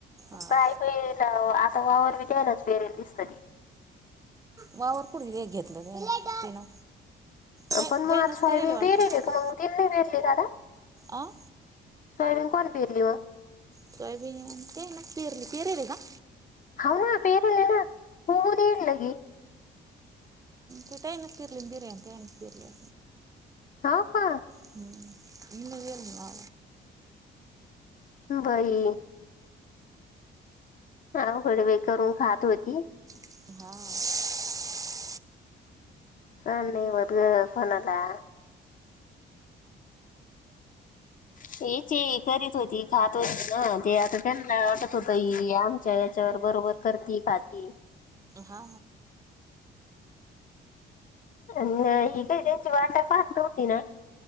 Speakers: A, on the right (about 15°); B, on the left (about 40°).
A: हा
B: काय बाय लाव आता वावर बी द्यायलाच बेरेल दिसत ते.
A: वावर कुठ एक घेतलं त्यांनी तिनं. ते
B: आपण
A: त्यानंच
B: मग आज सोयाबीन
A: करेल वाटतं
B: पेरले का मग तन नाही पेरले दादा.
A: अं
B: स्यबन कोण फिरली म.
A: तयब आहे ते ना पर परल काा.
B: होना बेरल ना होूऊ नड लागे.
A: ते काहीनच फिरले बिर्या कानच फिरले.
B: हा का.
A: हम इनगे ना.
B: बाई. अवकडे व करून खात होती.
A: <unintelligible>
B: ह नाही बत ग कोणाला <unintelligible> याचे करीत होती खात होती ना ते आता त्यांना वाटत होत आमच्या याच्यावर बरोबर क करती खात
A: हा
B: नाही ही काही त्यांची वाटा फत नव्हती ना